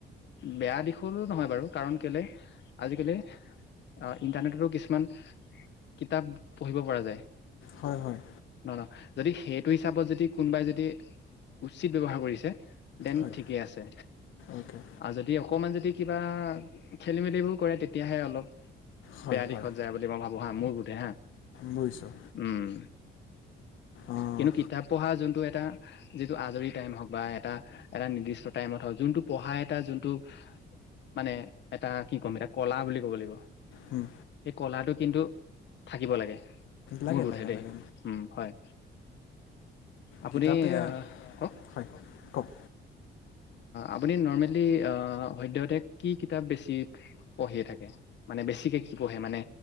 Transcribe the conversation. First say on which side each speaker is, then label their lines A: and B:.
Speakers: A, on the left; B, on the left.
A: বেয়া দিশৰো নহয় বাৰু! কাৰণ কেলেই, আজিকালি ইণ্টাৰনেটতো কিছুমান কিতাপ পঢ়িব পৰা যায়।
B: হয়, হয়।
A: নহ, নহ, যদি সেইটো হিচাপত যদি কোনবাই যদি উচিত ব্যৱহাৰ কৰিছে দেন,
B: হয়
A: ঠিকে আছে,
B: অ'কে
A: আৰু যদি অকমান যদি কিবা খেলি-মেলিবোৰ কৰে, তেতিয়াহে অলপ
B: হয়
A: বেয়া দিশত
B: হয়
A: যায় বুলি মই ভাবো হা, মোৰ বোধে, হা।
B: বুজিছোঁ
A: উম।
B: অঁ
A: কিন্তু কিতাপ পঢ়া, যোনটো এটা আজৰি টাইম হওক বা এটা, এটা নিৰ্দিষ্ট টাইমত হওক, যোনটো পঢ়া এটা যোনটো মানে এটা কি ক'ম, এটা কলা বুলি ক'ব লাগিব।
B: উম।
A: এই কলাটো কিন্তু থাকিব লাগে,
B: লাগে
A: মোৰ বোধে
B: লাগে
A: দেই,
B: লাগে
A: উম, হয়। আপুনি
B: কিতাপে,
A: আহ কওক
B: হয়, কওক।
A: আপুনি নৰ্মেলি, আ, সদ্যহতে কি কিতাপ বেছি পঢ়িয়েই থাকে? মানে বেছিকে কি পঢ়ে মানে,